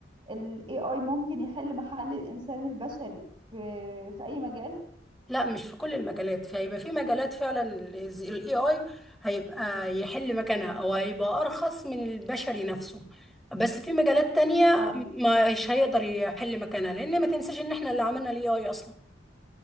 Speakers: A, on the right; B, in the centre.
A: ال AI ممكن يحل محل الانسان البشري في في اي مجال
B: لا مش في كل المجالات فهيبقى في مجالات فعلا الاي اي هيبقى يحل مكانها او هيبقى ارخص من البشري نفسه بس في مجالات تانية
A: اه
B: مش هيقدر يحل مكانها لان ما تنساش ان احنا اللي عملنا الاي اي اصلا